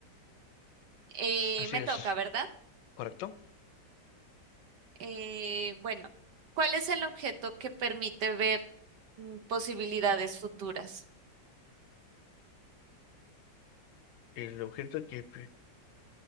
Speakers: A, on the right; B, on the left.
A: Eh,
B: Así
A: me
B: es,
A: toca, ¿verdad?
B: correcto.
A: Eh, bueno, ¿cuál es el objeto que permite ver mm, posibilidades futuras?
B: El objeto que...